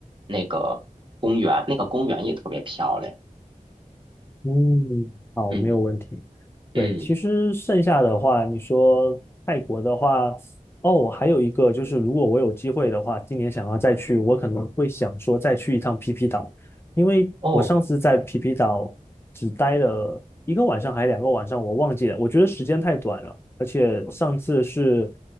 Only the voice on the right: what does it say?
那个公园，那个公园也特别漂亮。
嗯
嗯，
哦，